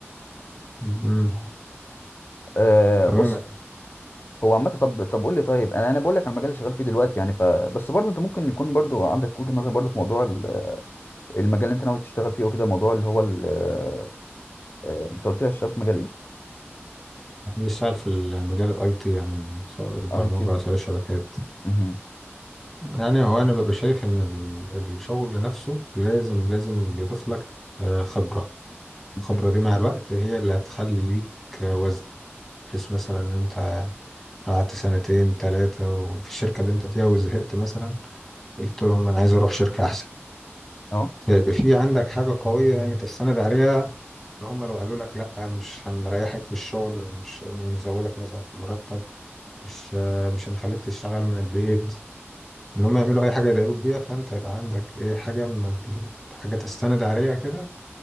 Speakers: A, in the centre; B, on the left.
A: مهم.
B: آه
A: تمام
B: بص
A: يعني
B: هو عامه طب طب قول لي طيب انا انا بقول لك على المجال اللي شغال فيه دلوقتي يعني فبس برضه انت ممكن يكون برضه عندك وجهه نظر برضه في موضوع المجال اللي انت ناوي تشتغل فيه وكده موضوع اللي هو ال- آه، آه، انت قلت لي هتشتغل في مجال ايه؟
A: بيشتغل في المجال الاي تي عموما سواء البرمجة
B: اي تيو
A: سواء الشبكات
B: مهم.
A: يعني هو انا ببقى شايف ان ال- الشغل نفسه لازم لازم بيضيف لك آه، خبرة
B: مهم.
A: الخبرة دي مع الوقت هي اللي هتخلي ليك وزن بحيث مثلا ان انت قعدت سنتين ثلاثة وفي الشركة اللي انت فيها وزهقت مثلا قلت لهم انا عايز اروح شركة احسن
B: اه
A: فيبقى في عندك حاجة قوية يعني تستند عليها اللي هم لو قالوا لك لا مش هنريحك في الشغل مش هنزودك مثلا في المرتب مش مش هنخليك تشتغل من البيت ان هم يعملوا اي حاجة يضايقوك بيها فانت يبقى عندك ايه حاجة من حاجة تستند عليها كده